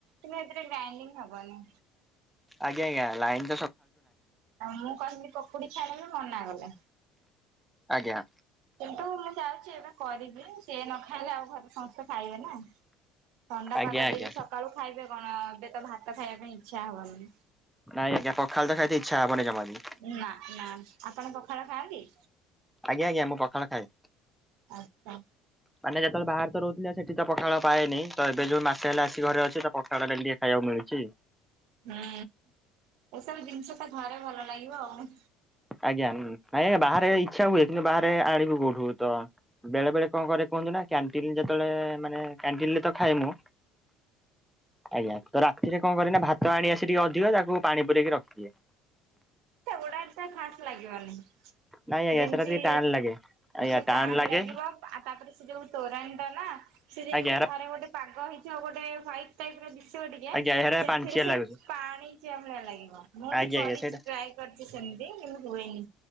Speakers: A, on the right; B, in the centre.
A: କିନ୍ତୁ ଏଥିରେ ଗ୍ରାଇଣ୍ଡିଂ ହବନି।
B: ଆଜ୍ଞା ଆଜ୍ଞା ଲାଇନ୍
A: ମୁଁ କହିଲି ପକୁଡି ଛାଣିବି ମନା କଲେ।
B: ଆଜ୍ଞା।
A: କିନ୍ତୁ ମୁଁ ଯାଉଛି ଏବେ କରିବି ସିଏ ନ ଖାଇଲେ ଆଉ ଘରେ ସମସ୍ତେ ଖାଇବେ ନା? ଥଣ୍ଡା
B: ଆଜ୍ଞା
A: ପାଗ
B: ଆଜ୍ଞା
A: ଦେଇକି ସକାଳୁ ଖାଇବେ କଣ ଏବେ ତ ଭାତ ଖାଇବା ପାଇଁ ଇଚ୍ଛା ହବନି।
B: ନାଇଁ ଆଜ୍ଞା ପଖାଲ୍ ତ ଖାଇତ ଇଚ୍ଛା ହେବନି ଯମାବି।
A: ନା ନା ଆପଣ ପଖାଳ ଖାଆନ୍ତି?
B: ଆଜ୍ଞା ଆଜ୍ଞା ମୁଁ ପଖାଳ ଖାଏ।
A: ଆଚ୍ଛା।
B: ମାନେ ଯେତେବେଳେ ବାହାରେ ତ ରହୁଥିଲା ସେଠି ତ ପଖାଳ ପାଏନିଁ ତ ଏବେ ଯୋଉ ମାସେ ହେଲେ ଆସି ଘରେ ଅଛି ତ ପଖାଳଟେ ଟିକେ ଖାଇବାକୁ ମିଳିଛି।
A: ହୁଁ ଏସବୁ ଜିନିଷ ତ ଥରେ ଭଲ ଲାଗିବ ଆଉ।
B: ଆଜ୍ଞା ନାଇଁ ଆଜ୍ଞା ବାହାରେ ଇଚ୍ଛା ହୁଏ କିନ୍ତୁ ବାହାରେ ଆଣିବୁ କୋଉଠୁ ତ? ବେଳେ ବେଳେ କଁ କରେ କୁହନ୍ତୁ ନା କ୍ୟାଣ୍ଟିନ୍ ଯେତବେଳେ ମାନେ କ୍ୟାଣ୍ଟିନ୍ ରେ ତ ଖାଏ ମୁଁ। ଆଜ୍ଞା ତ ରାତିରେ କଣ କରେ ନା ଭାତ ଆଣି ଆସି ଟିକେ ଅଧିକ ତାକୁ ପାଣି ପୁରେଇକି ରଖିଦିଏ।
A: ସେଗୁଡା ଏତେ ଖାସ୍ ଲାଗିବନି
B: ନାଇଁ ଆଜ୍ଞା
A: ଯେମତି
B: ସେଟା ଟିକେ ଟାଣ ଲାଗେ ଆଜ୍ଞା
A: ସେ
B: ଟାଣ
A: ଟାଣ୍
B: ଲାଗେ
A: ଲାଗିବ ଆ ତାପରେ ସେ ଯୋଉ ତୋରାଣିଟା ନା ସେ ଯେମିତି
B: ଆଜ୍ଞା ହେରା
A: ଘରେ ଗୋଟେ ପାଗ ହେଇଚି ଆଉ ଗୋଟେ ହ୍ୱାଇଟ୍ ଟାଇପ୍ ର ଦିଶିବ ଟିକେ
B: ଆଜ୍ଞା ହେରା
A: ସେଥିରେ
B: ପାଞ୍ଚିଆ
A: ସେଇ
B: ଲାଗୁଛି
A: ପାଣିଚିଆ ଭଳିଆ ଲାଗିବ ମୁଁ
B: ଆଜ୍ଞା
A: ବି କରିଚି
B: ଆଜ୍ଞା ସେଇଟା
A: ଟ୍ରାଏ କରି ସେମତି କିନ୍ତୁ ହୁଏନି।